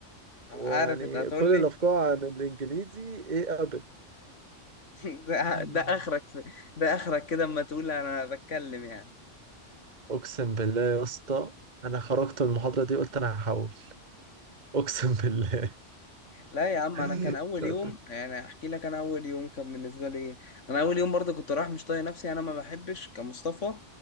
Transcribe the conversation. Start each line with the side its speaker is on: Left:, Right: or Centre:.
Left: انا
Right: ويعني
Left: عارف انت هتقول
Right: كل الافكار عن الانجليزي ايه
Left: <laughs> ده,
Right: ابدا
Left: ده اخرك في ده اخرك كده اما تقول انا بتكلم يعني
Right: اقسم بالله يا اسطى انا خرجت من المحاضره دي قلت انا هحول اقسم بالله
Left: لا يا عم
Right: <laughs>
Left: انا كان اول يوم يعني احكي لك انا اول يوم كان بالنسبه لي إيه. انا اول يوم برضه كنت رايح مش طايق نفسي انا ما بحبش كمصطفى